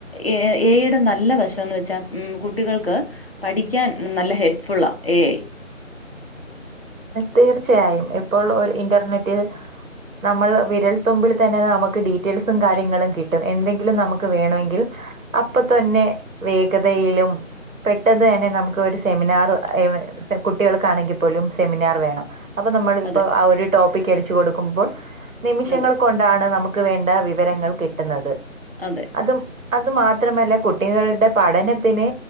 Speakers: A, on the left; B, on the right.
A: എ എയുടെ നല്ല വശംന്ന് വെച്ചാ കുട്ടികൾക്ക് പഠിക്കാൻ നല്ല ഹെൽപ്ഫുൾ. ഏ ഐ
B: തീർച്ചയായും ഇപ്പോൾ ഒരു ഇന്റർനെറ്റിൽ. നമ്മൾ വിരൽ തുമ്പിൽ തന്നെ നമുക്ക് ഡീറ്റെയിൽസും കാര്യങ്ങളും കിട്ടും എന്തെങ്കിലും നമുക്ക് വേണമെങ്കിൽ. അപ്പൊ തന്നെ വേഗതയിലും. പെട്ടന്ന് തന്നെ നമുക്ക് ഒരു സെമിനാർ <unintelligible> കുട്ടികൾക്കാണെങ്കിൽ പോലും. സെമിനാർ വേണം അപ്പോൾ നമ്മൾ ഇപ്പോൾ
A: അതെ
B: ആ ഒരു ടോപ്പിക്ക് അടിച്ച് കൊടുക്കുമ്പോൾ. നിമിഷങ്ങൾ
A: അതെ
B: കൊണ്ടാണ് നമുക്ക് വേണ്ട വിവരങ്ങൾ
A: ഉം,
B: കിട്ടുന്നത്
A: അതെ
B: അതും. അതു മാത്രമല്ല കുട്ടികളുടെ പഠനത്തിന്